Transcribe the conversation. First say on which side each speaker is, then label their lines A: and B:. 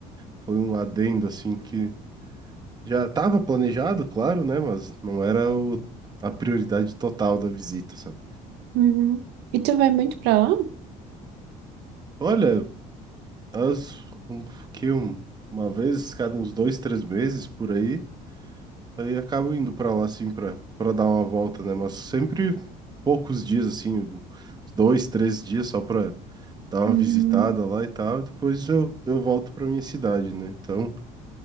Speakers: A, on the right (about 25°); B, on the right (about 80°).
A: foi um adendo assim que já estava planejado, claro, né, mas não era o, a prioridade total da visita, sabe?
B: uhum. E tu vai muito pra lá?
A: Olha, as um, que um, uma vez cada uns dois, três meses por aí Aí acabo indo pra lá, assim, pra, pra dar uma volta, né? Mas sempre poucos dias, assim, um- dois, três dias só pra dar uma
B: Uhum.
A: visitada lá e tal. E depois eu, eu volto pra minha cidade, né? Então,